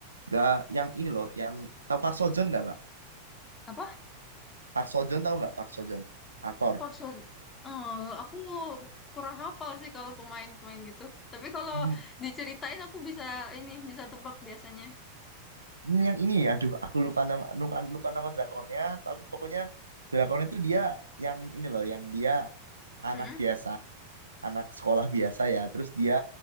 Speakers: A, on the right (about 75°); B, on the left (about 20°).
A: nggak yang ini loh yang tahu Park Seo Joon nggak kak
B: Apa?
A: Park Seo Joon tahu nggak Park Seo Joon aktor
B: Oxford. Eh, aku kurang hafal sih kalau pemain-pemain gitu. Tapi kalau
A: hmm.
B: diceritain aku bisa ini bisa tebak biasanya.
A: Ini yang ini aduh aku lupa nama lupa, lupa nama drakornya tapi pokoknya drakornya itu dia yang ini loh yang dia anak
B: Mm-mm,
A: biasa anak sekolah biasa ya. Terus dia